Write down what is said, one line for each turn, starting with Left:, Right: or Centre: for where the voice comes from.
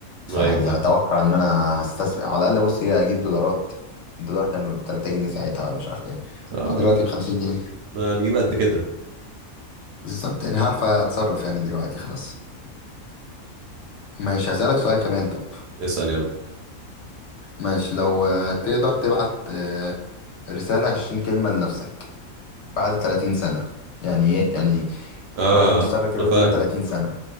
Left: فيعني
Right: ايوه فاهم
Left: اتوقع ان انا هستثمر على الاقل بص هي اجيب دولارات الدولار كان ب 3 جنيه ساعتها ولا مش عارف ايه
Right: اه
Left: اه دلوقتي ب 50 جنيه
Right: هنجيب قد كده
Left: بالظبط يعني عارف اتصرف يعني دلوقتي خلاص ماشي هسألك سؤال كمان طب
Right: اسأل يا عم
Left: ماشي لو آه، تقدر تبعت آه، رسالة 20 كلمة لنفسك بعد 30 سنة يعني ايه يعني
Right: اه
Left: روح المستقبل كده
Right: انا فاهم
Left: اكتب 30 سنة